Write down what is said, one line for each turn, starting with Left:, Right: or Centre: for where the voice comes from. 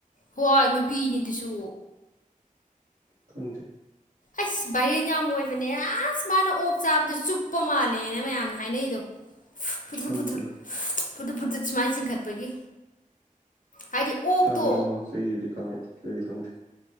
Left: ꯍꯣꯏ ꯅꯨꯄꯤꯅꯤꯗꯨꯁꯨ
Right: ꯊꯪꯗꯦ
Left: ꯑꯁ ꯚꯔꯦꯟ ꯌꯥꯝ ꯑꯣꯏꯕꯅꯦ ꯑꯁ ꯃꯥꯅ ꯑꯣꯛ ꯆꯥꯕꯗꯨ ꯆꯨꯞꯄ ꯃꯥꯜꯂꯦꯅ ꯃꯌꯥꯝꯅ ꯍꯥꯏꯅꯩꯗꯣ ꯇ꯭ꯔꯨꯞꯨꯞ
Right: ꯈꯪꯗꯦ
Left: ꯐꯠꯇ꯭ꯔꯨꯨꯞ ꯄꯨꯇ꯭ꯔꯨꯨꯞ ꯁꯨꯃꯥꯏꯅ ꯆꯤꯡꯈꯠꯄꯒꯤ ꯍꯥꯏꯗꯤ ꯑꯣꯛꯇꯣ
Right: ꯆꯥꯕꯗ ꯉꯥꯎꯁꯦ ꯑꯩꯨꯗꯤ ꯈꯪꯉꯦ ꯑꯗꯨꯏꯗꯤ ꯈꯪꯗꯦ